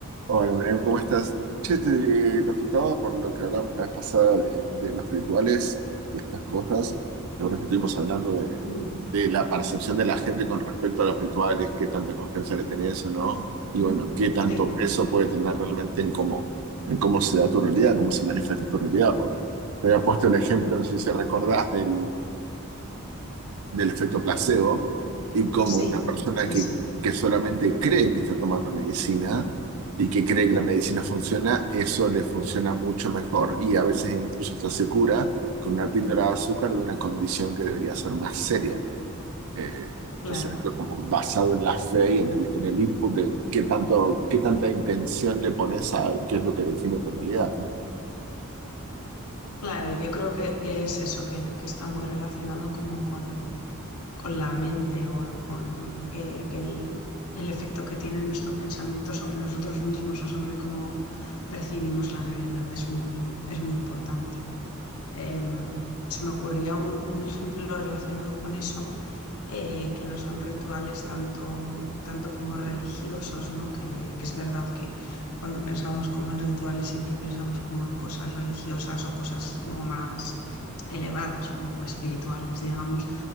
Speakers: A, on the right; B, on the left.
A: Hola, Miriam, ¿cómo estás? Che, te consultaba por lo que hablamos la vez pasada de, de los rituales y estas cosas. La verdad que estuvimos hablando de,
B: Mm,
A: de la percepción de la gente con respecto a los rituales, qué tanta confianza le tenés o no, y bueno, qué tanto
B: Sí,
A: peso puede tener realmente en cómo, en cómo se da tu realidad, cómo se manifiesta tu realidad. Porque te había puesto el ejemplo, no sé si recordás, del, del efecto placebo y como
B: sí,
A: una persona
B: sí,
A: que,
B: sí,
A: que solamente cree que está tomando medicina y que cree que la medicina funciona, eso le funciona mucho mejor y a veces incluso hasta se cura con una píldora de azúcar de una condición que debería ser más seria. Eh, entonces,
B: claro.
A: esto como basado en la fe y en el, en el input de qué, tanto, qué tanta intención le pones a qué es lo que define tu realidad, ¿no?
B: Claro, yo creo que, que es eso, que, que está muy relacionado como con, con la mente o con que, que el, el efecto que tiene nuestro pensamiento sobre nosotros mismos o sobre cómo percibimos la realidad es muy, es muy importante. Em, se me ocurría un un ejemplo relacionado con eso. eh, que no son rituales tanto, tanto como religiosos, ¿no? Que, que es verdad que cuando pensamos como en rituales siempre pensamos como en cosas religiosas o cosas como más elevadas o, o espirituales, digamos,